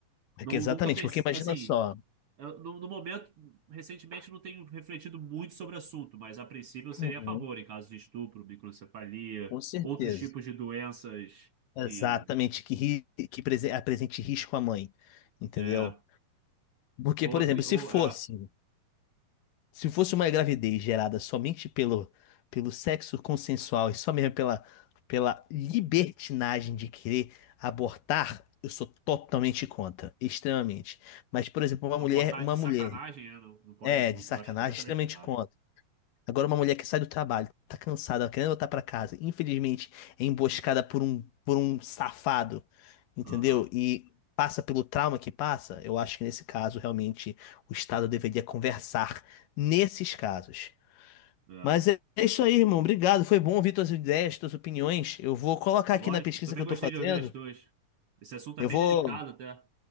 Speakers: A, on the left; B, on the right.
A: porque
B: Não,
A: exatamente,
B: nunca pensei,
A: porque imagina
B: assim,
A: só.
B: eu- no, no momento, recentemente não tenho refletido muito sobre o assunto, mas a princípio eu seria
A: Uhum.
B: a favor em caso de estupro, microcefalia,
A: Com certeza.
B: outros tipos de doenças
A: Exatamente,
B: que
A: que, ri- que prese- apresente risco à mãe, entendeu?
B: é
A: Porque,
B: ou,
A: por
B: a,
A: exemplo,
B: cri-
A: se
B: ou
A: fosse,
B: é,
A: Se fosse uma gravidez gerada somente pelo, pelo sexo consensual e só mesmo pela, pela libertinagem de querer abortar, eu sou totalmente contra, extremamente. Mas, por exemplo, uma
B: abortar
A: mulher, uma
B: de sacanagem,
A: mulher,
B: é, não, não pode,
A: é,
B: eu
A: de sacanagem,
B: acho completamente
A: extremamente
B: errado.
A: contra. Agora uma mulher que sai do trabalho, tá cansada, querendo voltar pra casa, infelizmente é emboscada por um por um safado, entendeu?
B: Aham,
A: E passa pelo trauma que passa, eu acho que nesse caso realmente o Estado deveria conversar nesses casos.
B: é.
A: Mas é é isso aí, irmão. Obrigado. Foi bom ouvir tuas ideias, tuas opiniões. Eu vou colocar aqui
B: Lógico,
A: na pesquisa
B: também
A: que eu
B: gostei
A: tô fazendo.
B: de ouvir as tuas. Esse assunto
A: Eu
B: é bem
A: vou.
B: delicado até.